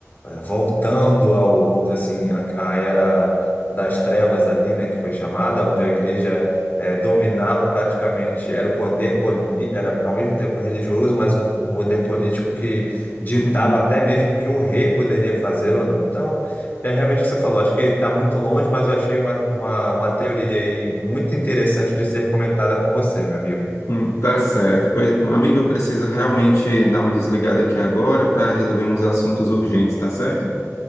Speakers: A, on the left; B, on the left.
A: eh, voltando ao, vamos dizer assim, a, a era das trevas ali, né, que foi chamada, onde a igreja eh, dominava praticamente, era o poder poli, era ao mesmo tempo religioso, mas o poder político que ditava
B: Uhum.
A: até mesmo o que um rei poderia fazer ou não. Então, é realmente o que você falou, acho que está muito longe, mas eu achei uma, uma, uma teoria aí muito interessante de ser comentada com você, meu amigo.
B: Hum, Tá certo. Pois, amigo, eu preciso realmente dar uma desligada aqui agora para resolver uns assuntos urgentes, tá certo?